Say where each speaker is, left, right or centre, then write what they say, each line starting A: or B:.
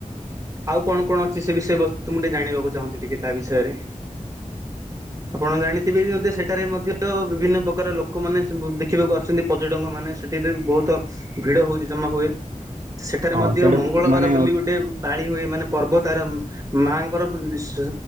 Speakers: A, on the right (about 25°); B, on the right (about 70°).
A: ଆଉ କଣ କଣ ଅଛି ସେ ବିଷୟ ମୁଁ ଟିକେ ଜାଣିବାକୁ ଚାହୁଁଛି ଟିକେ ତା ବିଷୟରେ? ଆପଣ ଜାଣିଥିବେ ବି ମଧ୍ୟ ସେଠାରେ ମଧ୍ୟ ବିଭିନ୍ନ ପ୍ରକାର ଲୋକମାନେ ସବୁ ଦେଖିବାକୁ ଆସୁଛନ୍ତି। ପର୍ଯ୍ୟଟକ ମାନେ ସେଠିରେ ବହୁତ ଭିଡ ହଉଛି ଜମା ହୁଏ। ସେଠାରେ
B: ହଁ
A: ମଧ୍ୟ
B: ସେଇଠି
A: ମଙ୍ଗଳବାର
B: ମାନେ
A: ବୋଲି ଗୋଟେ ପାଳି ହୁଏ ମାନେ ପର୍ବତାର ମାଙ୍କର ସ